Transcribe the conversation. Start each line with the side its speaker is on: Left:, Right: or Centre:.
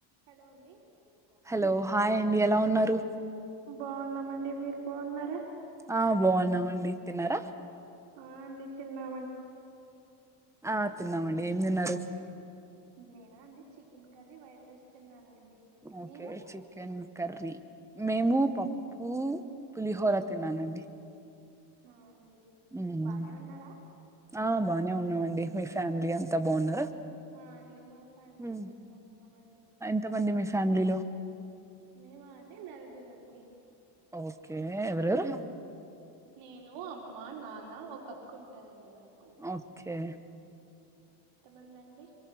Right: హలో అండి
Centre: హలో హాయ్ అండి ఎలా ఉన్నారు
Right: బాగున్నామండి మీరు బాగున్నారా
Centre: ఆ బాగున్న మండి తిన్నారా
Right: అవునండి తినంమా
Centre: ఆ తిన్నామండి ఏం తినరు
Right: నేనా అండి చికెన్ కర్రీ వైట్ రైస్ తిన్నానండి
Centre: ఓకే
Right: మీరు
Centre: చి కెన్ కర్రీ మేము పప్పు పులిహోర తిన్నానండి
Right: ఆ అండి
Centre: ఉమ్
Right: బానే ఉన్నారా
Centre: ఆ బానే ఉన్నావండి మీ ఫ్యామిలీ అంతా బాగున్నారా
Right: ఆ అండి మా ఫ్యామిలీ
Centre: మ్మ్.
Right: అంత బాగున్నామండి
Centre: ఎంతమంది మీ ఫ్యామిలీలో
Right: మేమా అండి నలుగురండి
Centre: ఓకే ఎవరవరు
Right: నేను అమ్మ నాన్న ఒక అక్క ఉంటదండి మాకు
Centre: ఓకే
Right: మంది అండి